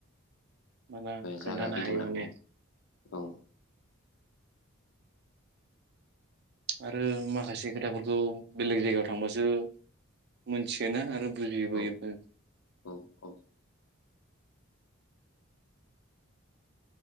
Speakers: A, on the right; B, on the left.
A: माना खोन्थानो
B: जायगा गिदिंनांगौ
A: हायो माने
B: औ।
A: आरो माखासे खोथाफोरखौ बेलेग जायगायाव थांबासो मोनथियोना आरो बुजिबोयोबो।
B: औ औ औ